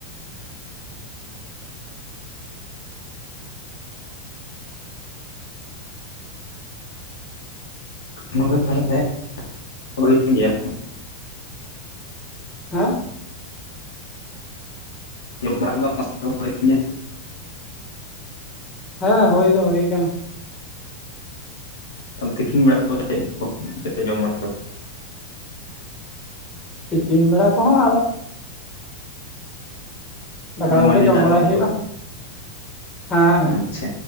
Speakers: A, on the left; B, on the left.
A: <inaudible> <inaudible>
B: ᱦᱟᱸ
A: ᱡᱚᱢ ᱵᱟᱲᱟ ᱠᱮᱫᱟᱢ <inaudible>
B: ᱦᱮ ᱦᱩᱭ ᱫᱚ ᱦᱩᱭ ᱠᱟᱱᱟ
A: ᱛᱟᱦᱚᱞᱮ ᱛᱤᱠᱤᱱ ᱵᱮᱲᱟ ᱫᱚ ᱪᱮᱫ ᱠᱚᱯᱮ ᱡᱚᱢ ᱵᱟᱲᱟ
B: ᱛᱤᱠᱤᱱ ᱵᱮᱲᱟ ᱠᱚᱦᱚᱸ ᱫᱟᱠᱟ
A: ᱚᱱᱟ
B: ᱠᱚᱜᱮ
A: ᱢᱟᱹᱰᱤ
B: ᱡᱚᱢ
A: ᱫᱟᱜ
B: ᱵᱟᱲᱟᱭ
A: ᱢᱟᱹᱰᱤ
B: ᱦᱩᱭᱩᱜᱼᱟ, ᱦᱮᱸ᱾
A: ᱟᱪᱷᱟ᱾